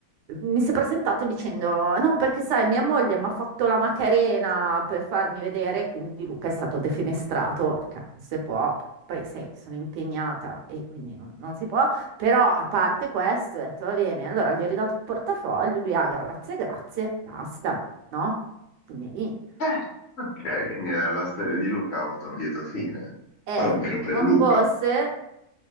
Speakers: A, on the right; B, on the left.
A: Mi si è presentato dicendo: No, perché sai, mia moglie mi ha fatto la Macarena per farmi vedere, quindi Luca è stato defenestrato, perché non si può. Poi sai, sono impegnata e quindi non, non si può. Però a parte questo, ho detto va bene. Allora gli ho ridato il portafoglio, lui ha grazie, grazie, basta, no? Fine lì.
B: Eh, ok, quindi la la storia di Luca ha avuto un lieto fine,
A: E
B: almeno per
A: non
B: Luca.
A: fosse.